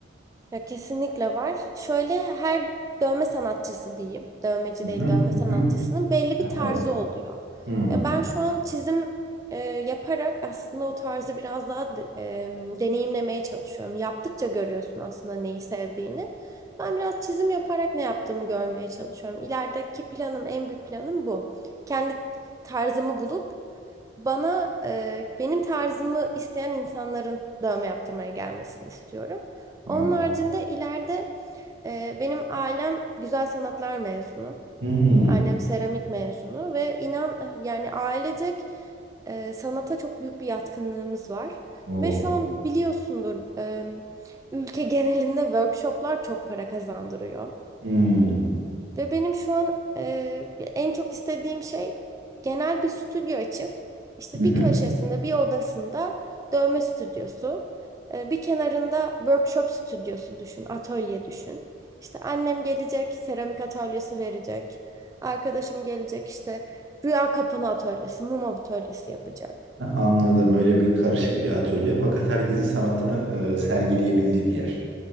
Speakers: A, on the right; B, on the right.
A: Ya kesinlikle var. Şöyle her dövme sanatçısı diyeyim. Dövmeci
B: Hı
A: değil,
B: hı,
A: dövme
B: hı
A: sanatçısının
B: hı.
A: belli bir tarzı
B: Evet.
A: oluyor.
B: Hmm.
A: Ya ben şu an çizim e, yaparak aslında o tarzı biraz daha de- e, deneyimlemeye çalışıyorum. Yaptıkça görüyorsun aslında neyi sevdiğini. Ben biraz çizim yaparak ne yaptığımı görmeye çalışıyorum. İlerideki planım, en büyük planım bu. Kendi tarzımı bulup bana e, benim tarzımı isteyen insanların dövme yaptırmaya gelmesini istiyorum.
B: Vay.
A: Onun haricinde ileride e, benim ailem güzel sanatlar mezunu.
B: Hmm.
A: Annem seramik mezunu ve inan e, yani ailecek e, sanata çok büyük bir yatkınlığımız var.
B: Oo.
A: Ve şu an biliyorsundur e, ülke genelinde workshoplar çok para kazandırıyor.
B: Hmm.
A: Ve benim şu an e, en çok istediğim şey genel bir stüdyo açıp işte
B: Hı hı.
A: bir köşesinde bir odasında dövme stüdyosu, e, bir kenarında workshop stüdyosu düşün, atölye düşün. İşte annem gelecek, seramik atölyesi verecek. Arkadaşım gelecek işte rüya kapını atölyesi, mum atölyesi yapacak.
B: Anladım. Öyle bir karışık bir atölye fakat herkesin sanatını e, sergileyebildiği bir yer.